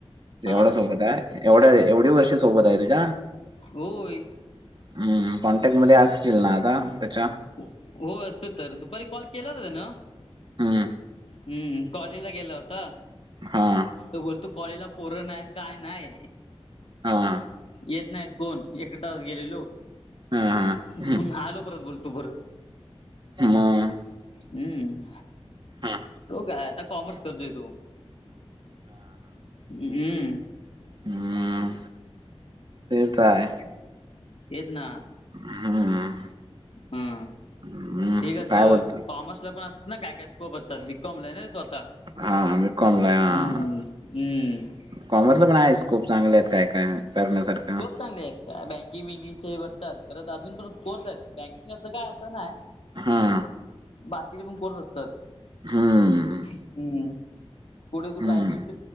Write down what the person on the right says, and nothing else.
एवढ्या
सोबत आहे एवढ्या एवढी वर्ष सोबत आहे तुझ्या
हम्म कॉन्टॅक्ट मध्ये असशील ना आता त्याच्या
हम्म
हां.
हां.
हां, हां.
हं.
मग
हं.
हम्म तर काय
हं.
हं.
काय बोलतो
हां. बीकॉमला आहे. हां.
कॉमर्सला पण आहे स्कोप चांगले आहेत काय काय करण्यासारखं
हम्म
हं.
हं.